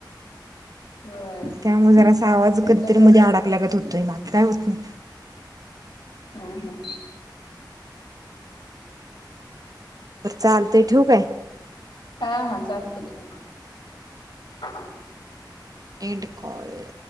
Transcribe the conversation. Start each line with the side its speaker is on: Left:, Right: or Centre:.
Left: होय
Right: त्यामुळे जरासा आवाज
Left: त्याचा
Right: कधीतरी
Left: प्रॉब्लेम
Right: मध्ये आडकल्यागत होतोय बाकी काय होत नाही.
Left: हम्म हम्म.
Right: चालतंय ठेवू काय?
Left: हा हा चालतंय ठेव
Right: एंड कॉल